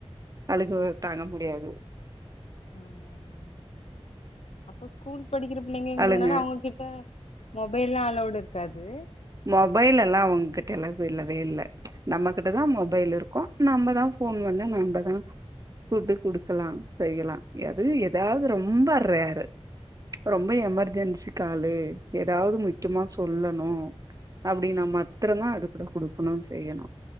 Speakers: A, on the right (about 35°); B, on the left (about 75°).
A: அழுக தாங்க முடியாது
B: ஆமாமா அப்போ ஸ்கூல் படிக்கிற பிள்ளைங்கங்கிறதுனால
A: அழுங்க
B: அவங்ககிட்ட மொபைல்ல்லா அலோடு இருக்காது
A: மொபைல் எல்லா அவங்க கிட்டல்லா இல்லவே இல்ல நம்மகிட்டதா மொபைல் இருக்கு நம்மதா ஃபோன் வந்து நம்மதா கூட்டு குடுக்கலா செய்யலா அது ஏதாது ரொம்ப ரேரு ரொம்ப எமர்ஜென்சி காலு எதாவது முக்யமா சொல்லணு அப்டின்னா மத்திரந்தா அது கூட குடுக்கணு செய்யணு